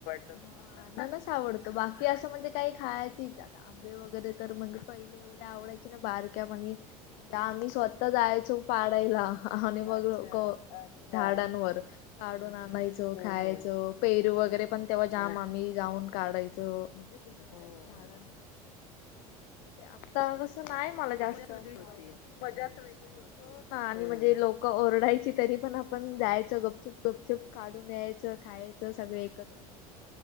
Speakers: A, on the left; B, on the left.
A: आननस आवडतो बाकी असं, म्हणजे काही खायची, <unintelligible> आंबे वगैरे तर म्हणजे, पहिले एवढे आवडायचे ना बारक्यापनी. म्हणजे, आम्ही स्वतः जायचो पाडायला. आणि मग
B: अच्छा.
A: लोक झाडांनवर, काढून
B: हं,
A: आणायचो
B: हं.
A: खायचो. पेरू वगैरे
B: नाही.
A: पण तेव्हा जाम आम्ही जाऊन काढायचो. म्हणजे दुसऱ्यांची
B: हो,
A: अशी झाड.
B: हो.
A: आता कसं नाय मला
B: त्याचीच
A: जास्त
B: वेगळी
A: आस,
B: होती.
A: आवडत पहिली ती मजाच
B: हं.
A: वेगळी होती. हो ना, आणि म्हणजे लोक ओरडायची तरी पण, आपण जायचो गुपचुप गुपचुप. काढून न्यायचं खायचं सगळे, एकत्र येऊन